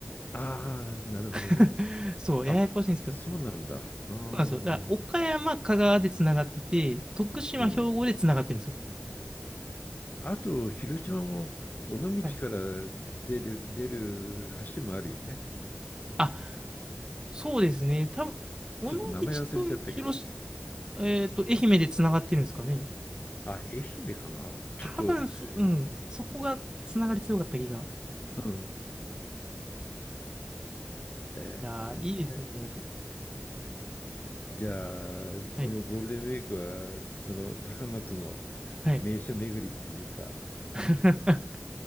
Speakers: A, on the left; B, on the right.
A: ああ、なるほどね。
B: <laughs> そう、
A: あ、
B: ややこしいんですけど。
A: そうなんだ。ああ、
B: そうなんですよ。
A: う
B: だから岡山、香川でつながってて、徳島、
A: ん。
B: 兵庫でつながってるんですよ。
A: あと、広島も尾道から
B: はい。
A: 出る、出る橋もあるよね。
B: あ、そうですね。多分、尾道
A: ちょっと名前忘れちゃったけど。
B: と広し、えっと、愛媛でつながってるんですかね。
A: あ、愛媛かな。ちょっと、
B: 多分そ、うん、
A: う
B: そこがつながり強かった気が。
A: んえ
B: いやー、いいですね。
A: ー、じゃあ、
B: はい。
A: このゴールデンウィークは、その高松の
B: はい。
A: 名所巡りっていうか、
B: <laughs>